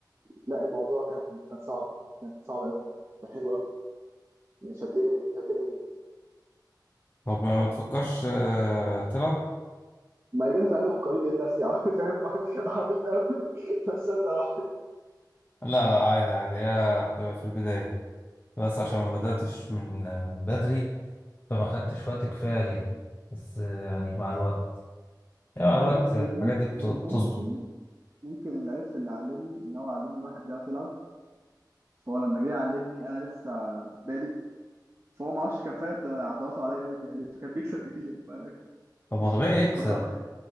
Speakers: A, on the right; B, on the left.
A: لا الموضوع كان كان صعب كان صعب قوي كان حلو قوي يعني شدني ليه شدني ليه
B: طب ما بتفكرش آه، تلعب
A: ما جيت اتعلم قليل لقيت نفسي عم- <laughs> فاهم عبيط قوي <laughs> بس صدق واحد
B: لا لا عادي عادي هي بتبقى في البداية بس عشان ما بدأتش من من بدري فما خدتش وقت كفاية ليها بس آه، يعني مع الوقت يعني
A: او
B: مع الوقت
A: هي بص هي
B: الحاجات
A: مم-
B: دي بت-
A: ممكن
B: بتظبط
A: ممكن العيب في اللي علمني ان هو علمني واحد بيعرف يلعب فهو لما جه يعلمني انا لسه بادئ فهو ما اعرفش كان فاهم ده عضلاته عليا قوي كده ليه فكان بيكسب كتير ف...
B: طب هو طبيعي
A: <laughs>
B: يكسب
A: فخلاص